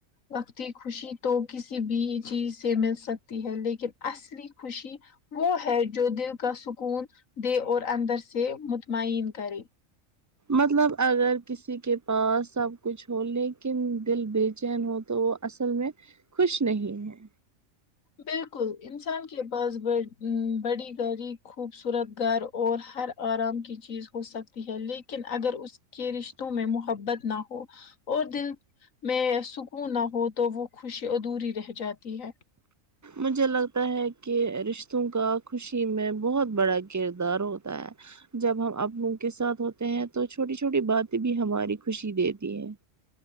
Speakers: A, on the left; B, on the right.
A: وقت کی خوشی تو کسی بھی چیز سے مل سکتی ہے لیکن اصلی خوشی وہ ہے جو دل کا سکون دے اور اندر سے مطمئن کرے
B: مطلب اگر کسی کے پاس سب کچھ ہو لیکن دل بےچین ہو تو وہ اصل میں خوش نہیں ہے
A: بالکل انسان کے پاس بڑ عم بڑی گاڑی خوبصورت گھر اور ہر آرام کی چیز ہو سکتی ہے لیکن اگر اس کے رشتوں میں محبت نہ ہو اور دل میں سکون نہ ہو تو وہ خوشی ادھوری رہ جاتی ہے
B: مجھے لگتا ہے کہ رشتوں کا خوشی میں بہت بڑا کردار ہوتا ہے جب ہم اپنوں کے ساتھ ہوتے ہیں تو چھوٹی چھوٹی باتیں بھی ہماری خوشی دیتی ہیں